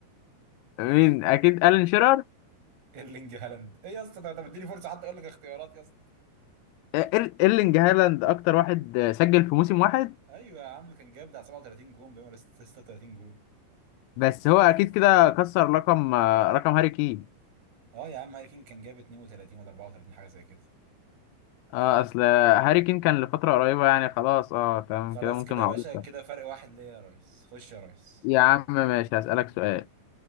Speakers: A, on the left; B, on the right.
A: مين اكيد الين شيرر
B: ايرلينج هالاند ايه يا اسطى طب طب اديني فرصه حتى اقول لك اختيارات يا اسطى
A: آه، إير- ايرلينج هالاند اكتر واحد آه، سجل في موسم واحد
B: ايوه يا عم كان جايب بتاع 37 جون باين ولا 36 جون
A: بس هو اكيد كده كسر رقم آه، رقم هاري كين
B: اه يا عم هاري كين كان جايب 32 ولا 34 حاجه زي كده
A: اه اصل هاري كين كان لفتره قريبه يعني خلاص اه تمام
B: خلاص
A: كده ممكن
B: كده
A: معقولة
B: يا باشا كده فرق واحد ليا يا ريس خش يا ريس
A: يا عم ماشي هسألك سؤال